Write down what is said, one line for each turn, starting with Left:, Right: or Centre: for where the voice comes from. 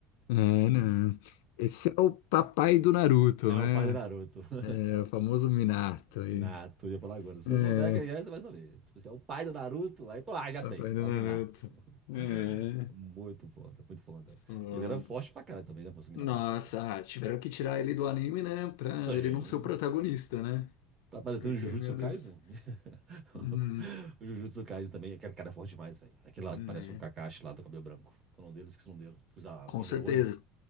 Left: É, né? Esse é o papai do Naruto,
Right: É
Left: né?
Right: o pai do Naruto. <laughs>
Left: É o famoso Minato
Right: O
Left: aí.
Right: Minato, eu ia falar agora. Se
Left: É.
Right: você souber quem é, você vai saber. Tipo assim, é o pai do Naruto. Aí, pô, ah, já
Left: Papai
Right: sei.
Left: do
Right: É o
Left: Naruto.
Right: Minato. <laughs>
Left: É.
Right: Muito foda, muito foda.
Left: Bom.
Right: E ele era forte pra caralho também, né? Mas o Minato
Left: Nossa,
Right: era foda.
Left: ah, tiveram que tirar ele do anime, né? Pra
Right: Sim.
Left: ele não ser o protagonista, né?
Right: Tá parecendo
Left: Porque,
Right: o Jujutsu
Left: meu
Right: Kaisen?
Left: Deus.
Right: <laughs>
Left: Uhum,
Right: o Jujutsu Kaisen também. Aquele cara é forte demais, velho. Aquele lá
Left: né?
Right: que parece o Kakashi lá do cabelo branco. Qual é o nome dele? Esqueci o nome dele. Que usa a
Left: Com
Right: venda
Left: certeza.
Right: no olho.